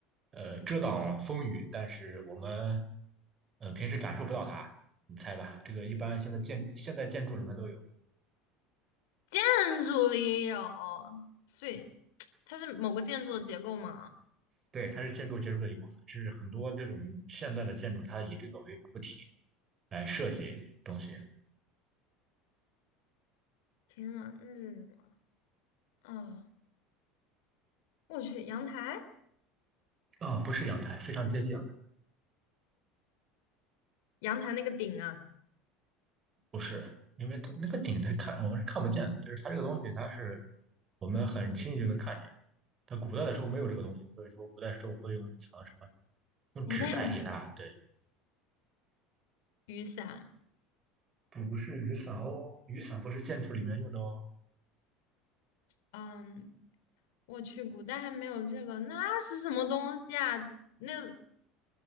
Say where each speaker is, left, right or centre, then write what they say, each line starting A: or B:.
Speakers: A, on the right; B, on the left.
A: 呃，遮挡风雨，但是我们，呃，平时感受不到它。你猜吧，这个一般现在建现代建筑里面都有，
B: 建筑里有，所以它是某个建筑的结构吗？
A: 对，它是建筑结构的一部分，甚至很多这种现代的建筑，它以这个为主体来设计东西。
B: 天呐，那是什么啊？我去，阳台，
A: 啊、不是阳台，非常接近。
B: 阳台那个顶啊，
A: 不是，因为它那个顶它看我们是看不见的，就是它这个东西，它是我们很轻易就能看见。它古代的时候没有这个东西，所以说古代时候会用一层什么，用纸代替它。
B: 古代没
A: 对，
B: 雨伞，
A: 不是雨伞哦，雨伞不是建筑里面用的哦，
B: 嗯，我去，古代还没有这个，那是什么东西啊？那